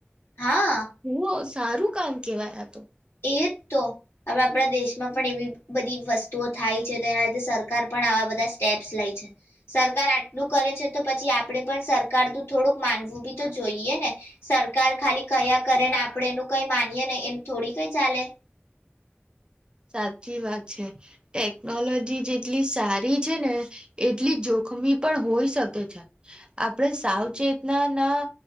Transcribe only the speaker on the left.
હા
એત તો હવે આપણા દેશમાં પણ એવી બધી વસ્તુઓ થાય છે તેના લીધે સરકાર પણ આવા બધા સ્ટેપ્સ લે છે સરકાર આટલું કરે છે તો પછી આપડે પણ સરકાર થોડુંક માનવું બી તો જોઈએ ને સરકાર ખાલી કયા કરે ને આપડણે એનું કઈ માનીએ ને એમ થોડી તોઈ ચાલે.